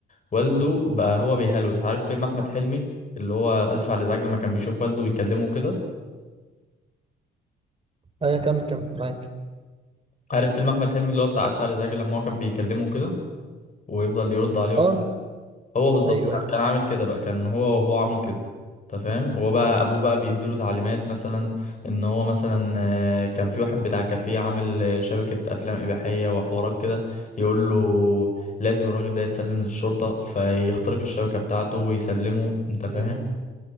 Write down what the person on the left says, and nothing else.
والده بقى هو بيهلوس عارف فيلم احمد حلمي اللي هو اسف على الازعاج لما كان بيشوف والده ويكلمه كده
عارف فيلم احمد حلمي اللي هو بتاع اسف على الازعاج لما هو كان بيكلمه كده ويفضل يرد عليه وبتاع
هو بالظبط
كان
كان عامل كده بقى كان هو وابوه عامل كده انت فاهم هو بقى ابوه بقى بيديله تعليمات مثلا ان هو مثلا آه، كان في واحد بتاع كافيه عامل آه، شبكة افلام اباحية وحوارات كده يقول له لازم الراجل ده يتسلم للشرطة فيخترق الشبكة بتاعته ويسلمه انت فاهم